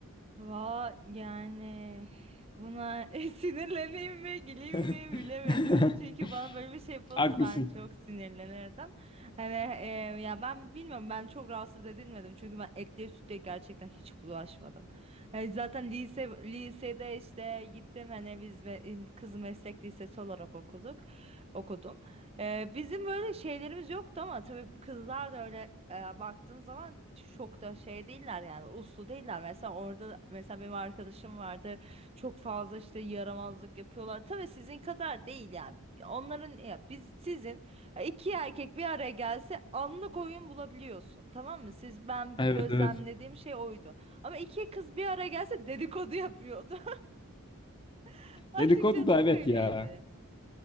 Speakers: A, on the right; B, on the left.
A: Va yani buna <laughs> sinirleneyim mi güleyim
B: <laughs>
A: mi bilemedim. Çünkü bana böyle bir şey yapılsa
B: Haklısın.
A: ben çok sinirlenirdim. Hani e, ya ben bilmiyorum ben çok rahatsız edilmedim. Çünkü ben etliye sütlüye gerçekten hiç bulaşmadım. Yani zaten lise lisede işte gittim hani biz me- kız meslek lisesi olarak okuduk. Okudum. Ee, bizim böyle şeylerimiz yoktu ama tabii kızlar da öyle e, baktığın zaman çok da şey değiller yani uslu değiller. Mesela orada mesela benim arkadaşım vardı çok fazla işte yaramazlık yapıyorlar. Tabii sizin kadar değil yani. Onların ya biz sizin e, iki erkek bir araya gelse anlık oyun bulabiliyorsun tamam mı? Siz ben
B: Evet
A: gözlemlediğim
B: evet.
A: şey oydu. Ama iki kız bir araya gelse dedikodu yapıyordu. <laughs> Açıkçası
B: Dedikodu da evet
A: böyleydi.
B: ya.